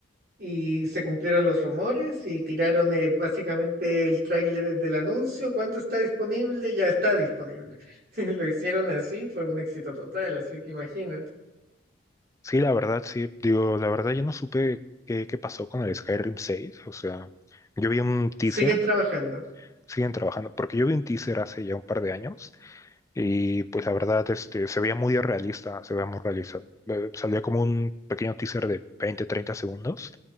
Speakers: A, on the right; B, on the left.
A: y se cumplieron los rumores y tiraron eh, básicamente el tráiler del anuncio. ¿Cuándo está disponible? Ya está disponible. <laughs> Lo hicieron así, fue un éxito total, así que imagínate.
B: Sí, la verdad, sí. Digo, la verdad, yo no supe qué, qué pasó con el Skyrim 6. O sea, yo vi un teaser,
A: Siguen trabajando.
B: siguen trabajando, porque yo vi un teaser hace ya un par de años y pues la verdad, este, se veía muy realista, se veía muy realista. Eh, Salía como un pequeño teaser de 20, 30 segundos,